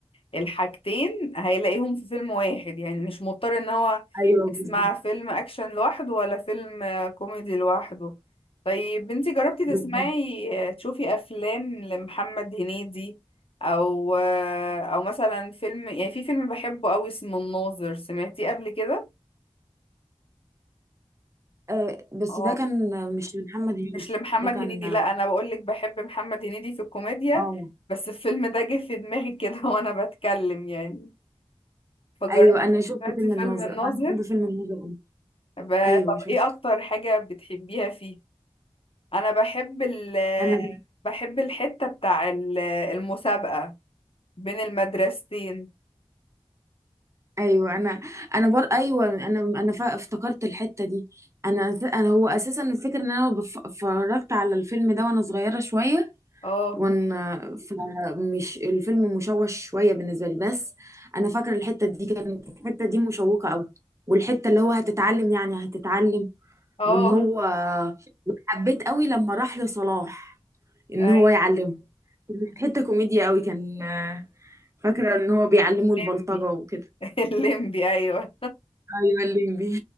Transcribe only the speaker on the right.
ايوه بالظبط
بالظبط
آه، بس
ده كان آه، مش محمد هنيدي
ده كان
اه
آه،
ايوه انا شفت
فيلم
الناظر
انا بحب فيلم الناظر أوي.
ايوه
شفته
انا
ايوه انا انا بر ايوه انا انا فا- افتكرت الحته دي انا أس- انا هو اساسا الفكره ان انا بف- اتفرجت على الفيلم ده وانا صغيره شويه
وانا فمش الفيلم مشوش شويه بالنسبه لي بس انا فاكره الحته دي كانت الحته دي مشوقه قوي والحته اللي هو هتتعلم يعني هتتعلم
وان هو حبيت قوي لما راح لصلاح ان
هو يعلمه حته كوميديا قوي كان فاكره ان هو بيعلمه
البلطجه وكده
ايوه الليمبي